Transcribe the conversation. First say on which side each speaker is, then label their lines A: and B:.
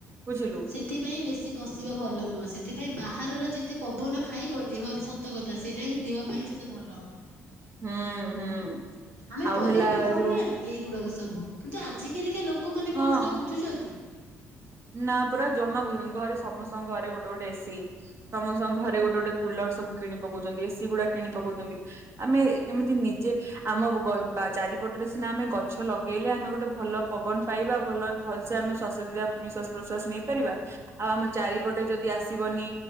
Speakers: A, on the right; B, on the right.
A: ବୁଝିଲୁ
B: ସେଥିପାଇଁ ବେଶୀ ବସିବା ଭଲ ନୁହଁ ସେଥିପାଇଁ ବାହାରର ଯେତେ ପବନ ଖାଇବ ଦେହରେ ସତ କଥା ସେଇଟା ହିଁ ଦେହ ପାଇଁ ସେତେ ଭଲ।
A: ହୁଁ ହୁଁ।
B: ଆମେ
A: ଆଉ
B: ବହିରେ
A: ହେଲା
B: ବି ପଢିନାହାନ୍ତିକି
A: ଯୋଉ
B: ଏଇ ଗୁଡାକ ସ ସବୁ କିନ୍ତୁ ଆଜ କାଲିକା ଲୋକ ଲୋକମାନେ
A: ହଁ
B: କଣ ସେଟା ବୁଝୁଛନ୍ତି।
A: ନା ପରା ଜମା ବୁଝୁନାହାନ୍ତି ଘରେ ସମସ୍ତଙ୍କ ଘରେ ଗୋଟେ ଗୋଟେ ଏସିି ସମସ୍ତଙ୍କ ଘରେ ଗୋଟେ ଗୋଟେ କୁଲର ସବୁ କିଣି ପକଉଛନ୍ତି ଏସିି ଗୁଡା କିଣି ପକାଉଛନ୍ତି ଆମେ କେମିତି ନିଜେ ଆମ ବା ଚାରିପଟରେ ସିନା ଆମେ ଗଛ ଲଗେଇଲେ ଆମେ ଗୋଟେ ଭଲ ପବନ ପାଇବା ଭଲ ଭଲସେ ଆମେ ଶ୍ଵାସକ୍ରିୟା ନିଶ୍ଵାସ ପ୍ରଶ୍ଵାସ ନେଇପାରିବା ଆଉ ଆମ ଚାରିପଟେ ଯଦି ଆସିବନି